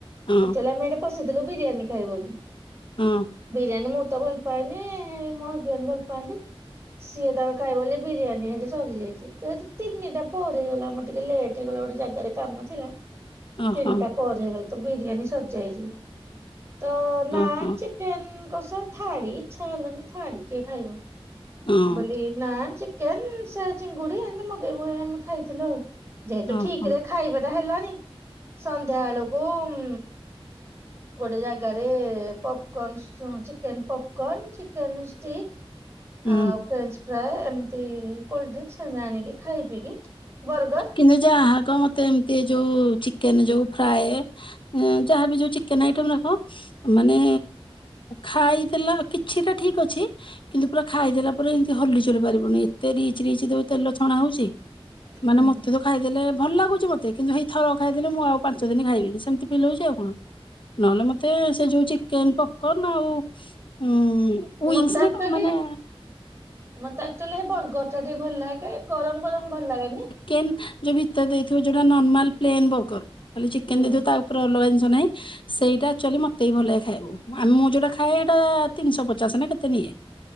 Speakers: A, on the left; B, on the right.
A: ହଁ
B: ତାହାଲେ ଆମେ ଏଠି ପଶିଥିଲୁ ବିରିୟାନୀ ଖାଇବୁ ବୋଲି।
A: ହୁଁ
B: ବିରିୟାନୀ ମୁଁ ତ ଭଲ ପାଏନି ମୋ ହଜବେଣ୍ଡ ଭଲ ପାଆନ୍ତି। ସିଏ ତାଙ୍କ ଖାଇବ ବୋଲି ବିରିୟାନୀ ହେଲେ ସରିଯାଇଛି ଯେହେତୁ ତିନିଟା ପରେ ହେଇଗଲା ଆମର ଟିକେ ଲେଟ୍ ହେଇଗଲା ଗୋଟେ ଜାଗାରେ ତ କାମ ଥିଲା।
A: ଓହୋ
B: ତିନିଟା ପରେ ହେଇଗଲା ତ ବିରିୟାନୀ ସରିଯାଇଛି, ତ ନାନ
A: ଓହୋ
B: ଚିକ୍ କେନ୍ କସା ଥାଳି ଇଚ୍ଛା ହେଲାଣିି ଥାଳି କିଏ ଖାଇବ।
A: ହଁ
B: ବୋଲି ନାନ, ଚିକେନ ସେ ଚିଙ୍ଗୁଡି ଏମିତି ମଗେଇ ମଗେଇ ଆମେ ଖାଇଥିଲୁ ଆଉ। ଯେହେତୁ
A: ଓହୋ।
B: ଠିକରେ ଖାଇବାଟା ହେଲାନି ସନ୍ଧ୍ୟା ବେଳକୁ ଉଁ ଗୋଟେ ଜାଗାରେ popcorns chicken popcorn, chicken stick
A: ହୁଁ
B: ଆଉ ଫ୍ରେଞ୍ଚ ଫ୍ରାଏ ଏମିତି କୋଲଡଡ୍ରିଙ୍ଗସ ସେମିତି ଆଣିକି ଖାଇ ପିଇକି ବର୍ଗର
A: କିନ୍ତୁ ଯହାକହ ମତେ ଏମିତି ଏଇ ଯୋଉ ଚିକେନ ଯୋଉ ଫ୍ରାଏ ଯାହାବି ଯୋଉ ଚିକେନ ଆଇଟମ ଗୁରକ ମାନେ ଖାଇଦେଲା କିଛିଟା ଠିକ ଅଛି କିନ୍ତୁ ପୁରା ଖାଇଦେଲା ପରେ ଏମିତି ହଲି ଚୁଲି ପାରିବୁନି ଏତେ ରିଚ ରିଚ ଦେବେ ତେଲ ଛଣା ହଉଛି। ମାନେ
B: ହୁଁ
A: ମତେ ତ କ ଖାଇଦେଲେ ଭଲ ଲାଗୁଛି ମୋତେ କିନ୍ତୁ ହେଇଥରକ ଖାଇଦେଲେ ମୁଁ ଆଉ ପାଞ୍ଚ ଦିନ ଖାଇବିନି ସେମିତି ଫିଲହଉଛି ଆଉ କଣ। ନହେଲେ ମତେ ସେ ଯୋଉ ଚିକେନ ପପକନ ଆଉ ହୁଁ
B: ମତେ
A: ୱିଂସ୍
B: ଆକ୍ଚୁଆଲି
A: ନା କଣ ମାନେ
B: ମତେ ଆକ୍ଟୁଆଲି ସେ ବର୍ଗର ଟା ଟିକେ ଭଲ ଲାଗେ ଗରମ ଗରମ ଭଲ ଲାଗେନି।
A: କେନ ଯୋଉ ଭିତରେ ଦେଇଥିବ ଯୋଉଟା ନର୍ମାଲ ପ୍ଲେନ ବର୍ଗର। ଖାଲି ଚିକେନ
B: ହୁଁ
A: ଦେଇଥିବ ତା ଉପରେ ଅଲଗା ଜିନିଷ ନାଇଁ ସେଇଟା ଆକ୍ଚୁଆଲି ମତେ ବି ଭଲ ଲାଗେ ଖାଇବାକୁ ଆମ ମୁଁ ଯୋଉଟା ଖାଏ ସେଇଟା ତିନିଶହ ପଚାଶ ନା କେତେ ନିଏ।